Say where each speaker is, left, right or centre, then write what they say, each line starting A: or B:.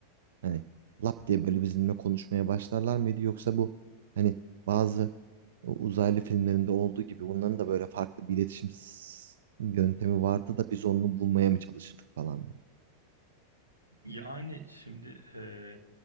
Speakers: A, on the right; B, on the right.
A: Hani lap diye böyle bizimle konuşmaya başlarlar mıydı yoksa bu hani bazı uzaylı filmlerinde olduğu gibi bunların da böyle farklı bir iletişim s- yöntemi vardı da biz onu bulmaya mı çalışırdık falan böyle.
B: Yani şimdi e,